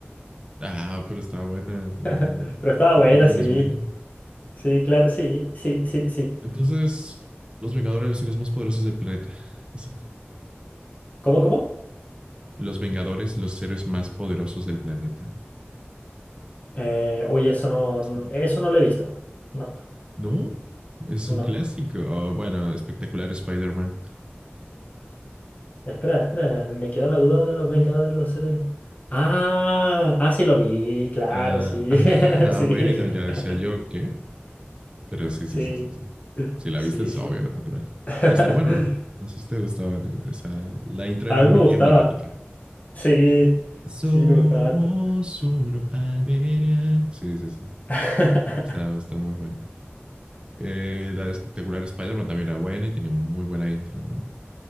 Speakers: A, on the right; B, on the left.
A: ah, pero estaba buena, tenía,
B: <laughs> pero estaba
A: tenía
B: buena,
A: capítulos
B: sí,
A: buenos.
B: sí, claro, sí, sí, sí, sí.
A: Entonces, los Vengadores, los seres más poderosos del planeta. Eso.
B: ¿Cómo, cómo?
A: Los Vengadores, los seres más poderosos del planeta.
B: Eh, uy, eso no, n-
A: Eso.
B: eso no lo he visto. No,
A: ¿No? Es
B: no.
A: un clásico. Oh, bueno, espectacular Spider-Man.
B: Espera, espera, me quedó la duda de los Vengadores, los seres. Ah, ah, sí lo vi, claro,
A: Ah,
B: sí,
A: <laughs> ah,
B: <laughs>
A: ah,
B: sí.
A: bueno, ya
B: <laughs>
A: decía yo que Pero sí,
B: Sí,
A: sí, sí, sí, sí. Si la
B: sí,
A: viste es
B: sí.
A: obvio, natural.
B: <laughs>
A: Y está bueno. No sé si te gustaban. Esa... La intro
B: A
A: era
B: mí
A: muy
B: me gustaba.
A: emblemática.
B: Sí,
A: Somos
B: sí, me gustaba harto.
A: uno al pelear. Sí, sí, sí.
B: <laughs>
A: Está, está muy bueno. Eh, la de espectacular Spider-Man también era buena y tenía muy buena intro, ¿no?